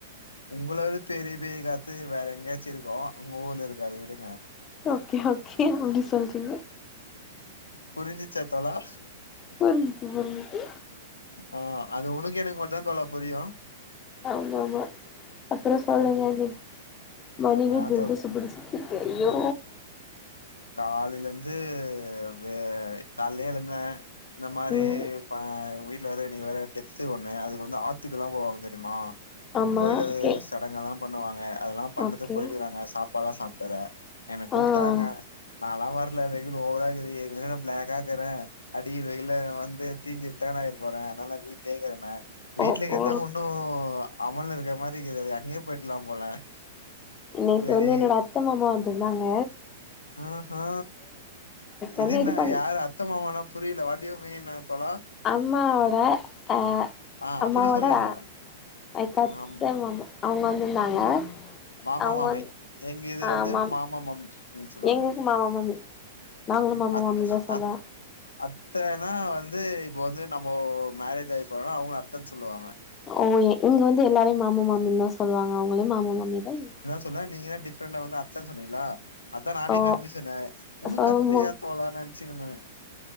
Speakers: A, on the left; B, on the left.
A: உங்குளது பெரிய பேய் காத்து வேற எங்க்யாச்சு இருக்கு உங்க ஊர்ல இருக்காது விடுங்க
B: ஓகே ஓகே அப்டி சொல்றீங்க
A: புரிஞ்சிச்சா தோழா
B: புரிஞ்சிச்சு புரிஞ்சிச்சு
A: ஆ அது உனக்கு எனக்கு மட்டுதா தோழா புரியு
B: ஆமா ஆமா அப்புறோ சொல்லுங்க
A: ஓகே
B: நீங் மார்னிங்
A: நா
B: இர்ந்த
A: தொ
B: நிகழ்ஸ ஃபுல்ஸ் என்க்கு ஐயோ
A: காலைலர்ந்து வே கால்லே எழுந்த இந்த மாரி
B: ம்
A: பா வீட் வேற இன்னிக் வேற டெத்து ஒன்னு அதுக் வந்து ஆத்துக்குலா போவாங்க தெரிமா
B: ஆமா
A: போய்ட்டு அது
B: ஓகே
A: சடங்கெலா பண்ணுவாங்க அதெல்லா பண்றதுக்
B: ஓகே
A: போய்ட்டிருக்குறாங்க சாப்பாட்லா சாப்ட்வற என்ன கூப்ட்டாங்க
B: ஆ
A: நான்லா வர்ல வெயிலு ஓவரா இர்க்குது ஏற்கனவே நா பிளாகக்கா இர்க்குற அடிக்ற வெயில நா வந்து தீஞ்சுர் டேனாய்ர்போற அதுனால நா வீட்லே இர்க்கிறன வீட்ல
B: ஓ
A: இகிர்தானு
B: ஓ
A: ஒன் னு அவன்ல இருக்ற மாரிக்குது அது அங்யே போயிர்க்லா போல
B: நேத்து
A: செரி
B: வந்து என்னோட அத்த மாமா வந்துர்ந்தாங்க
A: ஆஹா இது
B: வந்து
A: என்ன
B: பண்
A: யாரு அத்த மாமானா புரில வாட்டுயு மீன் அப்பலா
B: அம்மாவோட அ
A: ஆ
B: அம்மாவோடக்
A: அப்டி சொல்லுங்க
B: அ அய்க்கத்த
A: ஆமா
B: மாமா அவுங்க வந்துருந்தாங்க
A: மாமா
B: அவுங்க
A: மாமி
B: வந்து
A: எங்க இதுல
B: ஆமா
A: வந்து மாமா மாமின்னு சொல்லுவாங்க
B: எங்க மாமா மாமி நாங்களு மாமா
A: அத்த
B: மாமிந்தா சொல்லுவோ
A: அத் அத்தனா வந்து இப்போ வந்து நம்மோ மேரேஜ் ஆகிப்பறனா அவுங்கல அத்தன் சொல்லுவாங்க
B: ஓ இங்க வந்து எல்லாரையு மாமா மாமின் சொல்லுவாங்க அவுங்களையு மாமா மாமிந்தா இவு
A: சொன்ன நீங்கதா டிப்ரெண்டா வந்து அத்தன் சொன்னீங்ளா அதா நானே
B: சோ
A: கன்பியூசன்னாய்ட்ட ஒனக்கு
B: சோ
A: அத்தயா தோனா நெனைச்சினுந்த